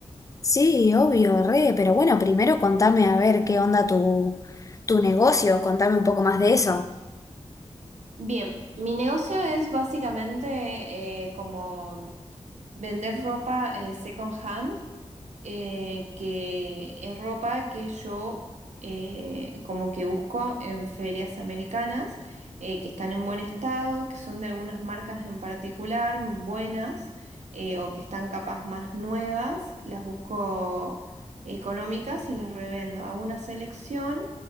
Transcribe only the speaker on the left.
Sí, obvio, re, pero bueno, primero contame a ver qué onda tu, tu negocio, contame un poco más de eso.